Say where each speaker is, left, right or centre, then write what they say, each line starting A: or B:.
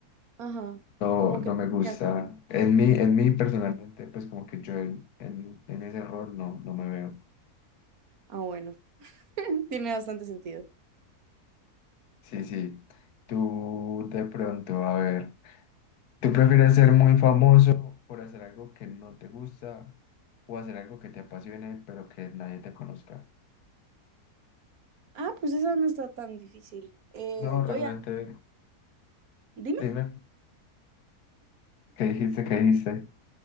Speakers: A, on the right (about 65°); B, on the left (about 75°).
A: Ajá,
B: No,
A: como
B: no
A: que... no
B: me gusta.
A: tiene fin.
B: En mí, en mí personalmente, pues como que yo en, en, en ese rol no, no me veo.
A: Ah, bueno, <laughs> tiene bastante sentido.
B: Sí, sí. Tú de pronto, a ver, ¿tú prefieres ser muy famoso por hacer algo que no te gusta o hacer algo que te apasione pero que nadie te conozca?
A: Ah, pues esa no está tan difícil. Eh,
B: No, realmente,
A: yo ya... Dime.
B: dime, ¿qué dijiste? ¿Qué dijiste?